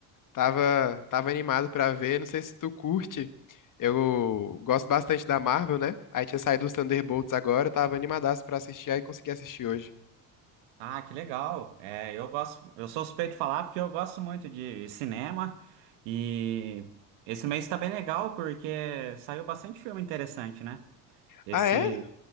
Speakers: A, on the left; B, on the right.
A: Tava, tava animado pra ver. Não sei se tu curte. Eu gosto bastante da Marvel, né? Aí tinha saído os Thunderbolts agora, eu tava animadaço pra assistir, aí consegui assistir hoje.
B: Ah, que legal. É, eu gosto, eu sou suspeito de falar porque eu gosto muito de cinema e esse mês tá bem legal porque saiu bastante filme interessante, né? Esse
A: Ah, é?